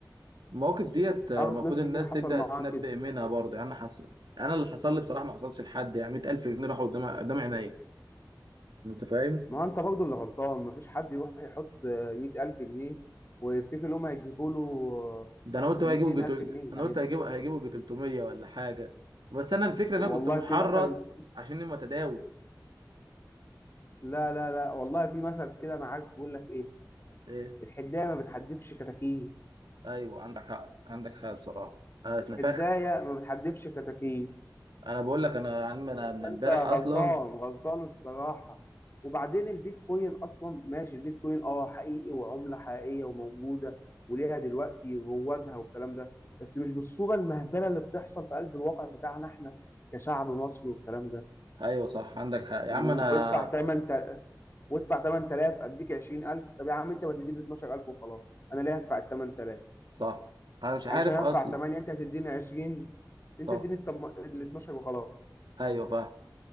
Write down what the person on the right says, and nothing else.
المواقف ديت آه،
المفروض
الناس
تبدا
تتنبأ
منها برضه يعني انا حصل انا اللي حصل لي بصراحه ما حصلش لحد يعني 100000 جنيه راحوا قدام قدام عينيا انت فاهم
ده انا قلت
بقى هيجيبوا
جتل...
انا
قلت هيجيبوا هيجيبوا جي 300 ولا حاجه بس انا الفكره ان
انا كنت محرص
عشان متداول
ايه
ايوه عندك حق عندك حق بصراحه انا اتنفخت
انا بقول لك انا يا عم انا من
امبارح
اصلا
ايوه صح عندك حق يا
عم انا
صح انا مش
عارف
اصلا
صح
ايوه فاهم